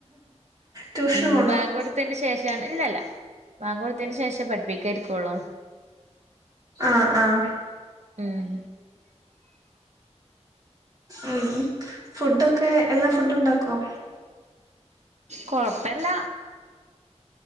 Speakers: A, on the right; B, on the right.
A: ട്യൂഷന്
B: ഉം
A: പോണ്ടോ
B: ബാങ്ക് കൊടുത്തേന് ശേഷം ഇല്ലല്ല ബാങ്ക് കൊടുത്തേന് ശേഷം പഠിപ്പിക്കാൻ ഇരിക്കുള്ളു
A: ആഹ് ആഹ്
B: ഉം
A: ഉം ഫുഡൊക്കെ എല്ലാ ഫുഡും ഉണ്ടാക്കോ
B: കൊഴപ്പില്ല